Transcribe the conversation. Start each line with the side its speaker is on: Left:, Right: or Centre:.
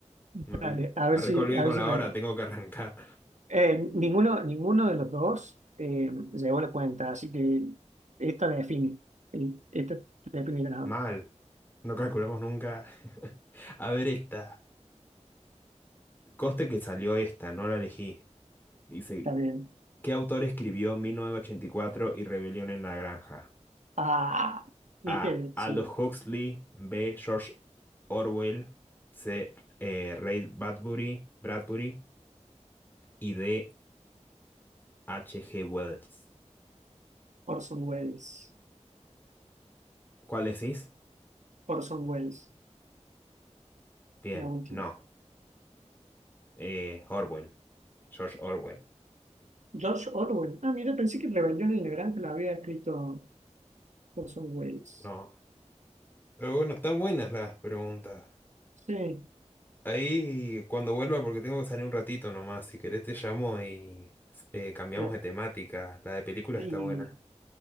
Right: Dale,
Left: me olvidé.
Right: a
Left: Me
Right: ver
Left: recolgué
Right: si, a
Left: con
Right: ver si
Left: la
Right: recuerdo.
Left: hora, tengo que arrancar.
Right: Eh, ninguno, ninguno de los dos eh, llegó la cuenta, así que esta la define. El- Esta la define el ganador.
Left: Mal. No calculamos nunca. <laughs> A ver esta. Coste que salió esta, no la elegí. Dice,
Right: Está bien.
Left: ¿qué autor escribió 1984 y cuatro y Rebelión en la Granja?
Right: Ah, viste,
Left: A. Aldous
Right: sí,
Left: Huxley. B. George Orwell. C. eh, Ray Bradbury. Bradbury. Y D. H.G. Wells.
Right: Orson Welles.
Left: ¿Cuál decís?
Right: Orson Welles,
Left: Bien,
Right: la última.
Left: no. Eh, Orwell. George Orwell.
Right: George Orwell. Ah, mira, pensé que Rebelión en la Granja lo había escrito Orson Welles.
Left: No. Pero bueno, están buenas las preguntas.
Right: Sí,
Left: Ahí cuando vuelva, porque tengo que salir un ratito nomás, si querés te llamo y eh, cambiamos
Right: ya.
Left: de temática. La de películas
Right: Y
Left: está buena.